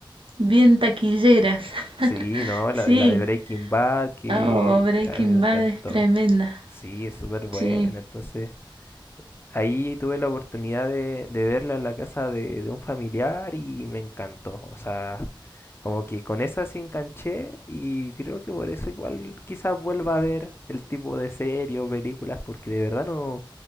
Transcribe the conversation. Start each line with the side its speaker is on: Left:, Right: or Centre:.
Right: Bien taquilleras. <laughs>
Left: Sí, no, la,
Right: Sí.
Left: de- la de Breaking Bad que
Right: Oh, Breaking
Left: que a mí me encantó.
Right: Bad es tremenda.
Left: Sí, es súper buena,
Right: Sí.
Left: entonces Ahí tuve la oportunidad de, de verla en la casa de, de un familiar y me encantó. O sea, como que con esa sí enganché y creo que por eso igual quizás vuelva a ver el tipo de series o películas porque de verdad no,